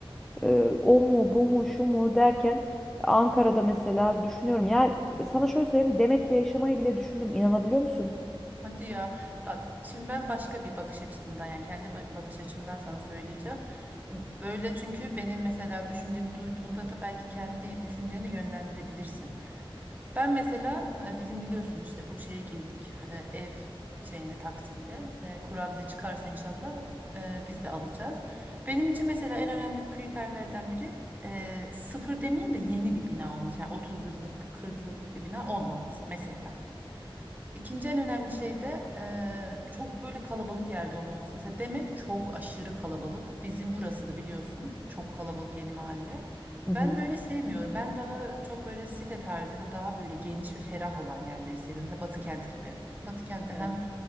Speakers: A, in the centre; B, on the right.
A: E, o mu bu mu şu mu derken Ankara'da mesela düşünüyorum. Ya sana şöyle söyleyeyim Demet'te yaşamayı bile düşündüm. İnanabiliyor musun?
B: Hadi ya bak şimdi ben başka bir bakış açısından yani kendi ba- bakış açımdan sana söyleyeceğim. Böyle çünkü benim mesela düşüncemi duyduğunda da belki kendi düşünceni de yönlendirebilirsin. Ben mesela e, bizim biliyorsun işte bu şeye girdik e, ev şeyine taksitle E, kura bize çıkarsa inşallah e, biz de alacağız. Benim için mesela en önemli kriterlerden biri e, sıfır demeyeyim de yeni bir bina olması yani 30 yıllık 40 yıllık bir bina olmaması mesela. İkinci en önemli şey de eee, çok böyle kalabalık yerde olmaması. Mesela Demet çok aşırı kalabalık. Bizim burası da biliyorsun çok kalabalık yeni mahalle.
A: Hı
B: Ben böyle sevmiyorum. Ben daha çok böyle site tarzı ya da daha böyle geniş ve ferah olan yerleri seviyorum. Mesela Batıkent gibi. Batıkent'te
A: hı.
B: hem